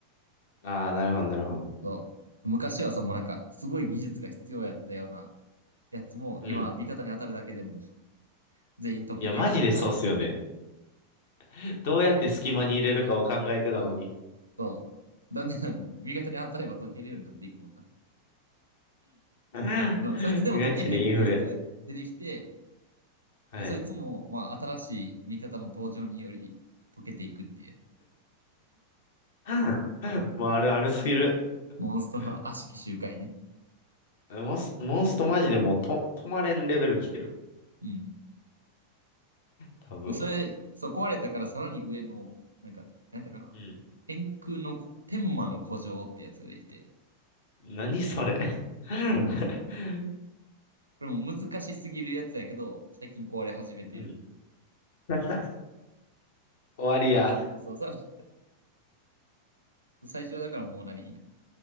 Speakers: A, on the left (about 55°); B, on the right (about 80°).
A: ああ、なるほど、なるほど。
B: そう。昔はさ、もうなんかすごい技術が必要やったようなやつも、
A: うん。
B: 今、味方に当たるだけでも、全員溶けていくから。
A: いや、マジでそうっすよね。
B: <laughs>
A: <laughs> どうやって隙間に入れるかを考えてたのに。
B: そう。だんだん、味方に当たれば溶けるようになっていくもんな。
A: <laughs>
B: そうそいつでも溶けへんクエストが出てきて、
A: ガチでインフレ。はい。
B: で、そいつも、まあ、新しい味方の登場により溶けていくっていう。
A: <laughs> もうあるあるすぎる。
B: モンストの悪しき周回ね。
A: <laughs> モンス、モンストマジでもうと、止まれんレベル来てる。
B: うん。
A: 多分。
B: で、それ、そう、壊れたからさらに上の、なんか、なんだかな。
A: うん。
B: 天空のこ、天魔の古城ってやつができて、
A: 何それ。<laughs>
B: これも難しすぎるやつやけど、最近壊れ始めてる。
A: うん。<laughs> 終わりや。
B: そう、そうさらに最初はだからもう何